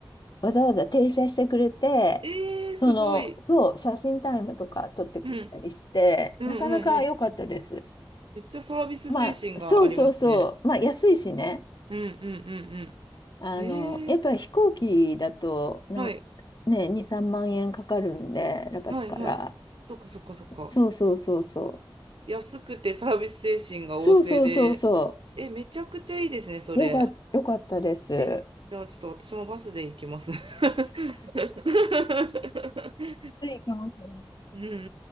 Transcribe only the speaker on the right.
ええ、すごい。
うん。うんうんうん。
めっちゃサービス精神がありますね。
うんうんうんうん。
ええ、
はい。
はいはい。そっかそっかそっか。
安くてサービス精神が旺盛で、
え、めちゃくちゃいいですね、それ。
え、じゃあちょっと私もバスで行きます。<laughs>
うんうん